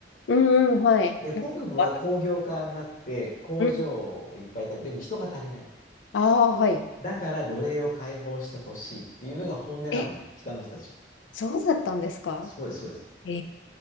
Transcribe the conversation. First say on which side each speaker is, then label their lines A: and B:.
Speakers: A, on the left; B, on the left.
A: うんうん、はい。
B: で、北部は工業化になって工場をいっぱい建て、
A: なんか、わうん。
B: でも人が足りないと。
A: ああ、はい。
B: だから奴隷を解放してほしいっていうのが本音なのね、
A: え、
B: 北の人たちは。
A: そうだったんですか
B: そうです、そうです。
A: え